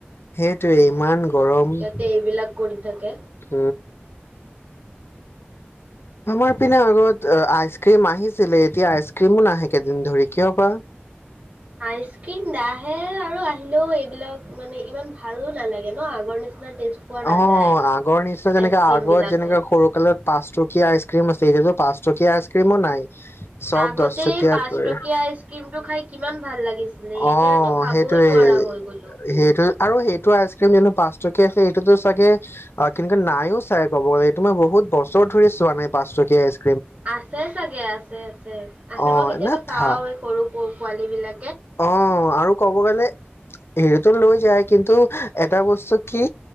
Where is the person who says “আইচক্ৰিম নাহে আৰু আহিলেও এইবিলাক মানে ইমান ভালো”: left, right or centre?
Right